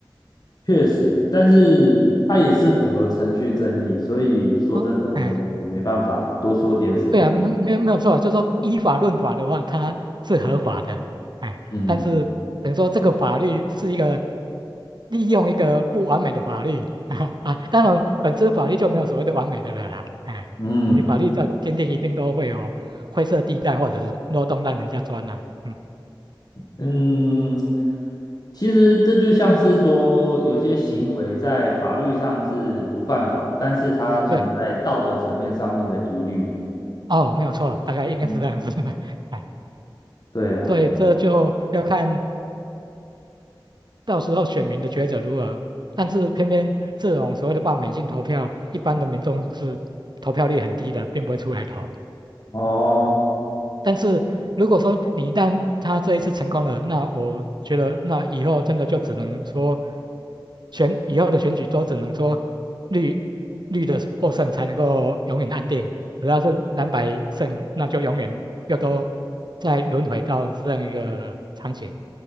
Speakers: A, on the left; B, on the right.
A: 确实，但是它也是符合程序正义，
B: 嗯，
A: 所以说真的，
B: 哦，哎，
A: 我们也没办法多说点什么的
B: 对啊，没没有没有错啊，就是说依法论法的话，它是合法的，哎，
A: 嗯
B: 但是等于说这个法律是一个利用一个不完美的法律 <laughs> 啊啊，当然本身法律就没有所谓的完美的了啦，哎，
A: 嗯，
B: 你法律再怎么坚定，一定都会有灰色地带或者是漏洞让人家钻呐、嗯
A: 嗯，其实这就像是说，有些行为在法律上是不犯法，
B: 嗯，
A: 但是它存在道德层面上面的疑虑。
B: 对，哦，没有错，大概应该是这样子的，
A: 嗯，
B: <laughs> 哎。
A: 对啊，
B: 所以这就要看到时候选民的抉择如何？但是偏偏这种所谓的罢免性投票，一般的民众是投票率很低的，并不会出来投。
A: 哦，
B: 但是如果说你一旦他这一次成功了，那我觉得那以后真的就只能说选以后的选举都只能说绿绿的获胜才能够永远安定，只要是蓝白胜，那就永远又都再轮回到这样一个场景。